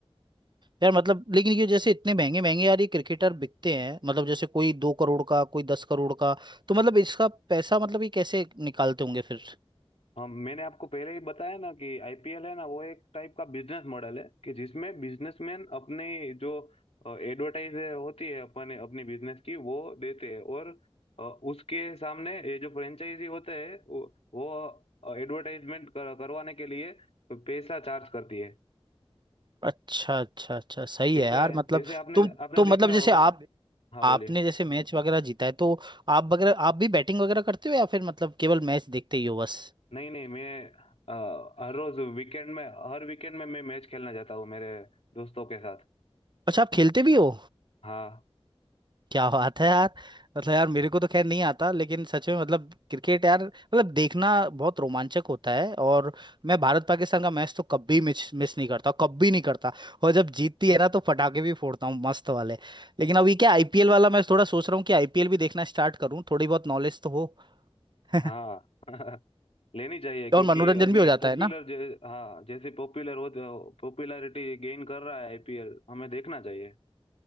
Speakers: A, on the right (about 45°); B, on the left (about 80°).
A: यार मतलब लेकिन ये जैसे इतने महंगे महंगे यार ये क्रिकेटर बिकते हैं मतलब जैसे कोई दो करोड़ का कोई दस करोड़ का तो मतलब इसका पैसा मतलब ये कैसे निकालते होंगे फिर
B: हम मैंने आपको पहले ही बताया ना कि आईपीएल है ना वो एक टाइप का बिजनेस मॉडल है कि जिसमें बिजनेसमैन अपने जो एडवर्टाइज होती है अपने अपनी बिजनेस की वो देते हैं और अ, उसके सामने ये जो फ्रेंचाइजी होते हैं वो, वो एडवर्टाइजमेंट कर, करवाने के लिए पैसा चार्ज करती है
A: अच्छा अच्छा अच्छा सही
B: जैसे
A: है यार मतलब
B: जैसे आपने
A: तुम
B: आपने
A: तो
B: देखा
A: मतलब
B: होगा
A: जैसे आप
B: हाँ बोलिए
A: आपने जैसे मैच वगैरह जीता है तो आप वगैरह आप भी बैटिंग वगैरह करते हो या फिर मतलब केवल मैच देखते ही हो बस
B: नहीं नहीं मैं अ, हर रोज वीकेंड में हर वीकेंड में मैं मैच खेलना चाहता हूँ मेरे दोस्तों के साथ
A: अच्छा आप खेलते भी हो
B: हाँ
A: क्या बात है यार मतलब यार मेरे को तो खैर नहीं आता लेकिन सच में मतलब क्रिकेट यार मतलब देखना बहुत रोमांचक होता है और मैं भारत पाकिस्तान का मैच तो कभी मिस मिस नहीं करता कभी नहीं करता और जब जीतती है ना तो पटाखे भी फोड़ता हूँ मस्त वाले लेकिन अभी क्या आईपीएल वाला मैं थोड़ा सोच रहा हूँ कि आईपीएल भी देखना स्टार्ट करूँ थोड़ी बहुत नॉलेज तो हो <laughs>
B: हाँ <laughs> लेनी चाहिए क्योंकि
A: और मनोरंजन
B: अभी
A: भी हो जाता
B: पॉपुलर
A: है ना
B: जै, हाँ जैसे पॉपुलर हो पॉपुलैरिटी गेन कर रहा है आईपीएल हमें देखना चाहिए